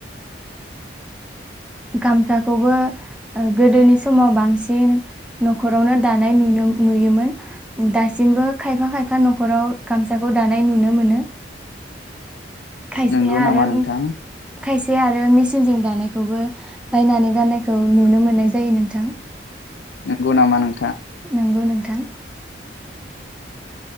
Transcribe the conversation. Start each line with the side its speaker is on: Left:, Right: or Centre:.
Centre: गामसाखौबो ओ गोदोनि समाव बांसिन न'खरावनो दानाय नुनो नुयोमोन दासिमबो खायफा खायफा न'खराव गामसाखौ दानाय नुनो मोनो खायसे
Left: नंगौ
Centre: आरो
Left: नामा नोंथां
Centre: खायसे आरो आरो मेसिनजों दानायखौबो बायनानै गाननायखौ नुनो मोननाय जायो नोंथां
Left: नंगौ नामा नों
Centre: नंगौ नोंथां